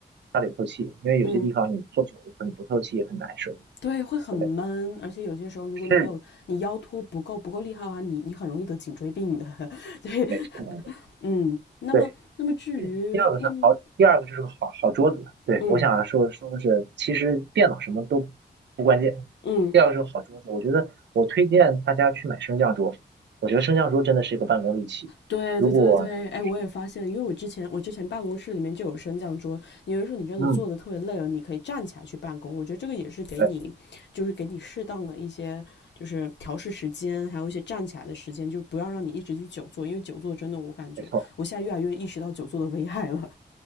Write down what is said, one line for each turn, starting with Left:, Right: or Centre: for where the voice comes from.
Right: 它得透气，因为有些地方你坐久了以后你不透气也很难受。
Left: 嗯对，会很闷，
Right: 对，
Left: 而且有些时候如果你没有你腰托不够不够厉害的话，
Right: 是
Left: 你你很容易得颈椎病的。<laughs> 对，
Right: 没错，
Left: 嗯，那么那么至于那么
Right: 对。第第二个是好，第二个就是个好好桌子。对，
Left: 嗯。
Right: 我想说说的是，其实电脑什么都不关键，
Left: 嗯，
Right: 第二个是个好桌子。我觉得我推荐大家去买升降桌，我觉得升降桌真的是一个办公利器。
Left: 对对对对，
Right: 如果你可以试
Left: 哎，我也发现，因为我之前我之前办公室里面就有升降桌，你有的说你真的坐的特别累了，
Right: 嗯，
Left: 你可以站起来去办公。我觉得这个也是给你，
Right: 对，
Left: 就是给你适当的一些就是调试时间，还有一些站起来的时间，就不要让你一直去久坐，因为久坐真的我感觉我现在越来越意识到久坐的危害了。
Right: 没错，